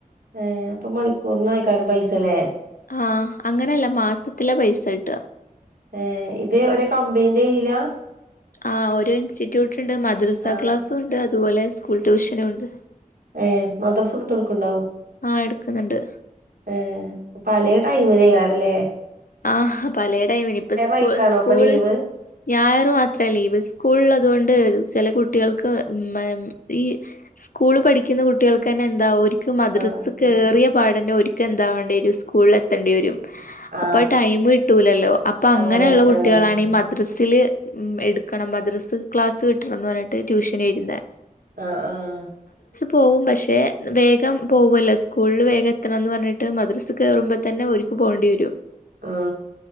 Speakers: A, on the right; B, on the left.
A: ഏഹ് അപ്പൊ മണിക്കൂറിനക്കേരം പൈസല്ലെ?
B: ആഹ് അങ്ങനെയല്ല മാസത്തില പൈസ ഇട്ടുക
A: ഏഹ് ഇത് ഒര് കമ്പനീന്റെ കീഴിലാ..?
B: ആ ഓരോ ഇൻസ്റ്റിറ്റ്യൂട്ട് ഉണ്ട് മദ്രസ
A: ആ
B: ക്ലാസ്സും ഉണ്ട് അതുപോലെ സ്കൂൾ ട്യൂഷനും ഉണ്ട്
A: ഏഹ് മദ്രസുടുത്ത് കൊടുക്കണ്ടാവോ
B: ആഹ് എടുക്കുന്നുണ്ട്
A: ഏഹ് അപ്പ പല ടൈമ ന്യാറല്ലേ
B: ആഹ് പല ടൈം ഇപ്പ സ്കൂ
A: ആയിട്ടാണോ
B: സ്കൂള്
A: ഇപ്പൊ ലീവ്
B: ഞായറും അത്ര ലീവ് സ്കൂള് ള്ളത്കൊണ്ട് ചില കുട്ടികൾക്ക് ഈ സ്കൂള് പഠിക്കു കുട്ടികൾക്ക് തന്നെ എന്താ മദ്രസ്
A: ആ
B: കയറിയ പാടന്നെ ഒരിക്കും എന്താാവേണ്ടേ ഒരു സ്കൂളിൽ എത്തേണ്ടി വരും
A: ആ
B: അപ്പൊ ടൈം കിട്ടൂലല്ലോ അപ്പൊ അങ്ങനെയുള്ള
A: അങ്ങനെ
B: കുട്ടികളാണ്
A: ആ
B: ഈ മദ്രസ് സ്ൽ എടുക്കണം മദ്രസ് ക്ലാസ് കിട്ടണം എന്ന് പറഞ്ഞിട്ട് ട്യൂഷന്‌ വരുന്ന
A: ആഹ് ആഹ്
B: പോകും പക്ഷെ വേഗം പോകല്ല സ്കൂളിൽ വേഗം എത്തണം എന്ന് പറഞ്ഞിട്ട് മദ്രസ് കയറുമ്പോ തന്നെരിക്ക പോണ്ടി വരും
A: ആ